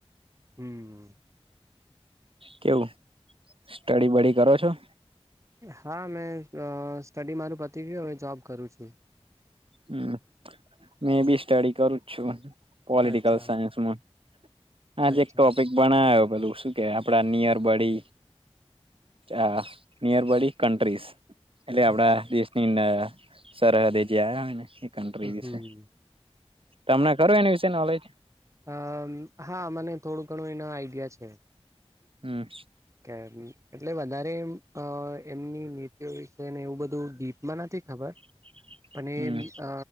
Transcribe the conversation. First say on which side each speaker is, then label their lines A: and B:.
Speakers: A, on the right (about 30°); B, on the right (about 60°).
A: હમ્મ
B: કેવું સ્ટડી બડી કરો છો?
A: હા મેં સ્ટડી મારું પતિ ગયું, હવે જોબ કરું છું.
B: હમ્મ મે બી સ્ટડી કરું જ છું. કોલિટિકલ
A: અચ્છા
B: સાયન્સમાં, આજે
A: અચ્છા
B: એક ટોપિક બનાયો પેલું શું કે આપણા નિયર બડી. અ નિયરબડી કન્ટ્રીસ. એટલે આપડા
A: અચ્છા
B: દેશની ન સરહદે જે આયા હોયને કન્ટ્રી
A: હમ
B: વિશે, તમને કરું એની વિશે નોલેજ?
A: હમ હા મને થોડું ઘણું એના આઈડિયા છે.
B: હમ્મ
A: કર્વી એટલે વધારે અ એમની નીત વિશે ને એવું બધું ડીપમાં નથી ખબર.
B: <inaudible>
A: અને
B: હમ
A: અ